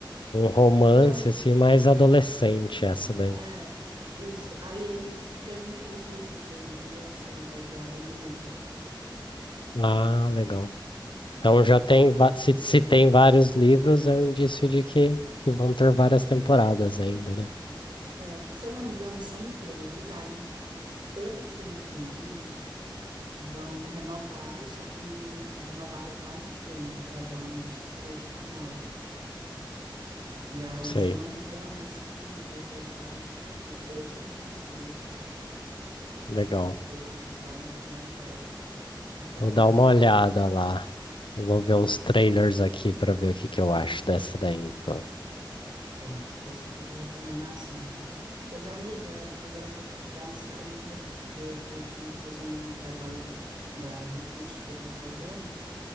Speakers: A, on the left; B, on the right.
A: um romance
B: Tem uns,
A: assim, mais adolescente essa daí.
B: é, isso. Aí eles têm um- os livros deles, né? Isso é baseado no livro.
A: Ah, legal. Então já
B: Muito
A: tem,
B: bacana.
A: va- se, se tem vários livros, é um indício de que, que vão ter várias temporadas ainda, né?
B: É, se eu não me engano, são três. Aí, pelo que eu entendi, Vão renovaram, só que me renovaram para um filme, para dar um desfecho final. E aí,
A: Sei,
B: se eu não me engano, esse filme vai pegar os dois últimos livros
A: legal.
B: para poder dar uma finalizada diferente,
A: Vou dar uma olhada
B: sabe?
A: lá. Eu Vou ver uns trailers aqui pra ver o que que eu acho dessa daí, então.
B: Pronto, pois fica de recomendação. Pois, amigo, é- agora eu vou ter que dar uma saída, vou ter que fazer um trabalho da, do curso que eu estou fazendo,